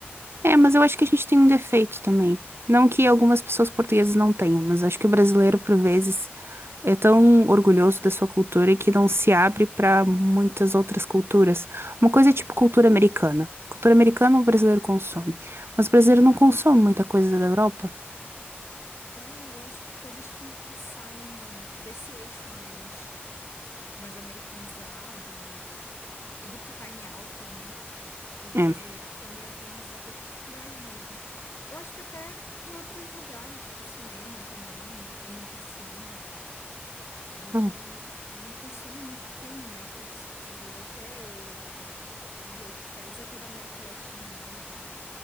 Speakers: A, on the right (about 70°); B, on the left (about 85°).
A: É, mas eu acho que a gente tem um defeito também. Não que algumas pessoas portuguesas não tenham, mas acho que o brasileiro, por vezes, É tão orgulhoso da sua cultura que não se abre para muitas outras culturas. Uma coisa é tipo cultura americana. Cultura americana o brasileiro consome, mas o brasileiro não consome muita coisa da Europa.
B: É, eu acho que coisas que, que saiam desse eixo mais, mais americanizado e, e do que está em alta, né? Os brasileiros
A: É.
B: tendem a ter uma certa dificuldade mesmo. Eu acho que até em outros lugares, tipo cinema também, é muito assim. A gente
A: Hum.
B: não, não consome muito filme, né? Que, que seja europeu ou, ou de outros países, até da América Latina mesmo, né?